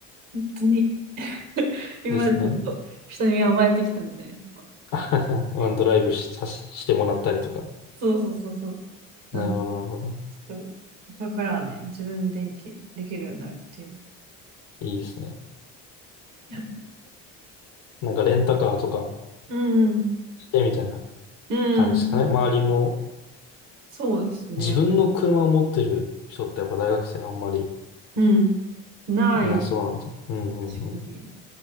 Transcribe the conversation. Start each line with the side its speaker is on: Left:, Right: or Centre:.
Right: 本当に、<laughs> 今までちょっと人に甘えてきたんで、
Left: ですね。
Right: あの
Left: <laughs> まあドライブし、
Right: え
Left: さし、してもらったりとか。
Right: そうそうそうそう。なん、
Left: なるほど、
Right: ち
Left: なるほど。
Right: ょっと、だからね、自分でいけ、できるようになるっていう。
Left: いいですね。
Right: いや
Left: なんかレンタカーとか
Right: うん、
Left: てみたいな
Right: うん、
Left: 感じですかね。周りも
Right: そうですね。
Left: 自分の車を持ってる人ってやっぱ大学生あんまり
Right: うん、ない、
Left: いなそうなんで。うんうんうん。
Right: 確かに。